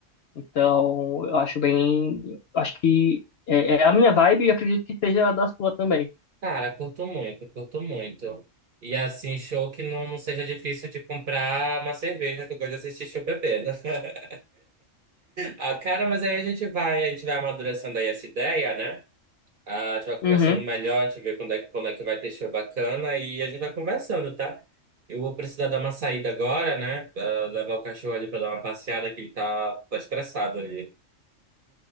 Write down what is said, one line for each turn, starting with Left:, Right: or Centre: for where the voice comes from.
Left: Então, eu acho bem. Acho que é, é a minha vibe e acredito que seja a da sua também.
Right: Cara, curto muito, curto muito. E assim, show que não seja difícil de comprar uma cerveja, que eu gosto de assistir show bebendo. <laughs> Ah, cara, mas aí a gente vai, a gente vai amadurecendo aí essa ideia, né? Ah, a gente vai conversando
Left: Uhum.
Right: melhor, a gente vê quando é, que- quando é que vai ter show bacana e a gente vai conversando, tá? Eu vou precisar dar uma saída agora, né? Ah, levar o cachorro ali pra dar uma passeada, que ele tá, tá estressado ali.